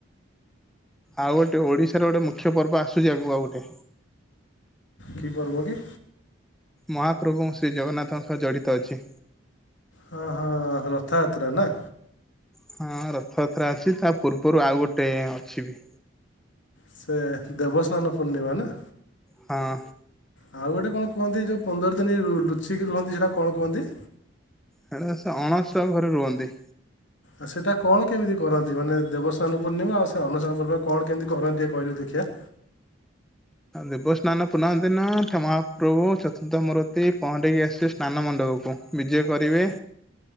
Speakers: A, in the centre; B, on the left.
A: ଆଉ ଗୋଟେ ଓଡିଶାର ଗୋଟେ ମୁ ଖ୍ୟ ପର୍ବ ଆସୁଛି ଆଗକୁ ଆଉ ଗୋଟେ।
B: କି ପର୍ବ କି?
A: ମହାପ୍ରଭୁ ଶ୍ରୀ ଜଗନ୍ନାଥଙ୍କ ସହ ଜଡ଼ିତ ଅଛି।
B: ହଁ ହଁ ରଥଯାତ୍ରା ନା?
A: ହଁ ରଥଯାତ୍ରା ଅଛି ତା ପୂର୍ବରୁ ଆଉ ଗୋଟେ ଅଛି ବି।
B: ସେ ଦେବସ୍ନାନ ପୂର୍ଣ୍ଣିମା ନା?
A: ହଁ।
B: ଆଉ ଗୋଟେ କଣ କୁହନ୍ତି ଯେଉଁ ପନ୍ଦର ଦିନ ଲୁଚିକି ରୁହନ୍ତି ସେଇଟାକୁ କଣ କୁହନ୍ତି?
A: ହେଣେ ସେ ଅଣସୁଆ ଘରେ ରୁହନ୍ତି।
B: ଆଉ ସେଟା କଣ କେମିତି କରନ୍ତି ମାନେ ଦେବସ୍ନାନ ପୂର୍ଣ୍ଣିମା ଆଉ ସେ ଅନସନ ପୂର୍ଣିମା କଣ କେମିତି କରନ୍ତି କହିଲୁ ଦେଖିଆ?
A: ଦେବସ୍ନାନ ପୁଣ୍ଣମୀ ଦିନ ମହାପ୍ରଭୁ ଚତୁର୍ଦ୍ଧାମୂର୍ତ୍ତି ପହଁଣ୍ଡି ହେଇ ଆସିବେ ସ୍ନାନ ମଣ୍ଡପକୁ ବିଜେ କରିବେ